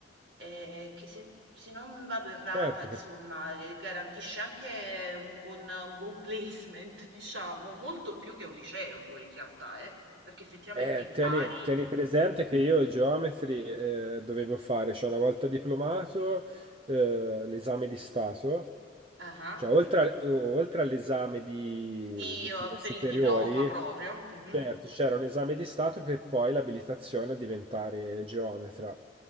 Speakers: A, on the right; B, on the right.
A: Ehm, che se se non vado errata
B: certo,
A: insomma,
B: perché
A: ehm, garantisce anche un buon un buon placement <laughs> diciamo, molto più che un liceo poi in realtà eh, perché effettivamente
B: eh,
A: impari
B: tieni, tieni presente che io geometri eh, dovevo fare, cioè una volta diplomato, eh, l'esame di Stato.
A: ah-ah,
B: Cioè, oltre, al- oltre all'esame di,
A: di
B: di
A: uhm,
B: fine
A: per
B: superiori,
A: il diploma proprio, mh-mh,
B: certo, c'era un esame di Stato per poi l'abilitazione a diventare geometra.